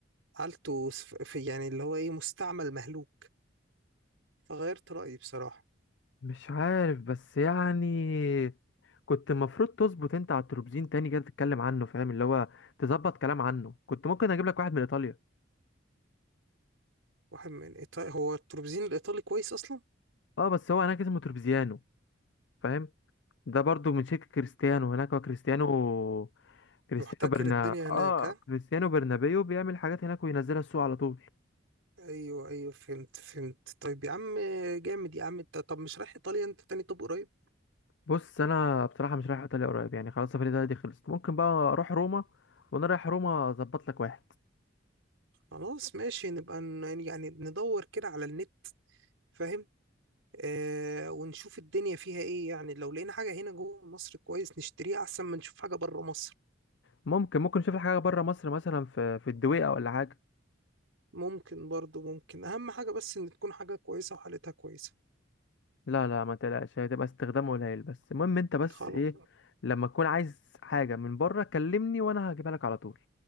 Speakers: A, on the right; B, on the left.
A: حالته سف- في يعني اللي هو إيه مستعمل مهلوك فغيرت رأيي بصراحة
B: مش عارف بس يعني كنت المفروض تظبط انت على التروبزين تاني كده تتكلم عنه فاهم اللي هو تظبط كلام عنه كنت ممكن اجيب لك واحد من ايطاليا
A: واحد من إيطاليا هو التروبزين الإيطالي كويس أصلا
B: اه بس هو هناك اسمه تروبزيانو فاهم ده برضو من شركة كريستيانو هناك هو كريستيانو كريستيانو
A: محتكر
B: برنا
A: الدنيا
B: اه
A: هناك ها
B: كريستيانو برنابيو بيعمل حاجات هناك وينزلها السوق على طول
A: أيوه أيوه فهمت فهمت طيب يا عم جامد يا عم أنت طب مش رايح إيطاليا أنت تاني طب قريب
B: بص انا بصراحه مش رايح ايطاليا قريب يعني خلاص سفري ده دي خلصت ممكن بقى اروح روما وانا رايح روما اظبط لك واحد
A: خلاص ماشي نبقى ن- يعني ندور كده على النت فاهم آه، ونشوف الدنيا فيها ايه يعني لو لقينا حاجة هنا جوه مصر كويس نشتريها احسن ما نشوف حاجة بره مصر
B: ممكن ممكن نشوف لك حاجه بره مصر مثلا في في الدويقه ولا حاجه
A: ممكن برضو ممكن اهم حاجة بس ان تكون حاجة كويسة وحالتها كويسة
B: لا لا ما تقلقش هتبقى استخدام قليل بس المهم انت بس
A: خلاص
B: ايه لما تكون عايز حاجه من بره كلمني وانا هجيبها لك على طول